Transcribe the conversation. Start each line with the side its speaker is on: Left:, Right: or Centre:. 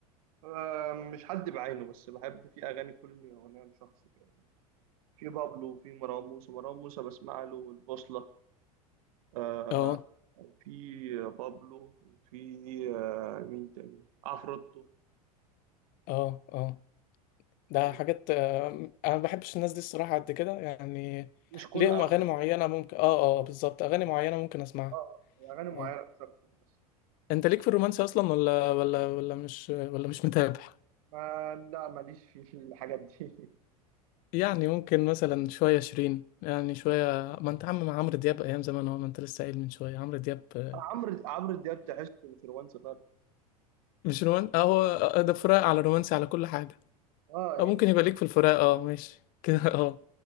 Right: آه، مش حد بعينه بس بحب في أغاني كل أغنية لشخص كده في بابلو وفي مروان موسى مروان موسى بسمع له والبوصلة آه
Left: اه
Right: في بابلو وفي آه مين تاني عفروتو
Left: اه اه ده
Right: آه،
Left: حاجات آه، انا ما بحبش الناس دي الصراحه قد كده يعني
Right: مش كل
Left: ليهم
Right: أغاني
Left: اغاني معينه ممكن اه اه بالظبط اغاني معينه ممكن اسمعها
Right: آه، أغاني
Left: اه
Right: معينة بس أكتر بس
Left: انت ليك في الرومانسي اصلا ولا ولا ولا مش ولا مش متابع
Right: ما لا ماليش في الحاجات دي
Left: يعني ممكن مثلا شويه شيرين يعني شويه ما انت عم مع عمرو دياب ايام زمان هو ما انت لسه قايل من شويه عمرو دياب آه،
Right: <laughs> عمرو عمرو دياب تحس انفلونسر
Left: مش رومان اه هو آه، ده فراق على رومانسي على كل حاجه
Right: اه
Left: او
Right: يعني
Left: ممكن يبقى ليك في الفراق اه ماشي <laughs> كده اه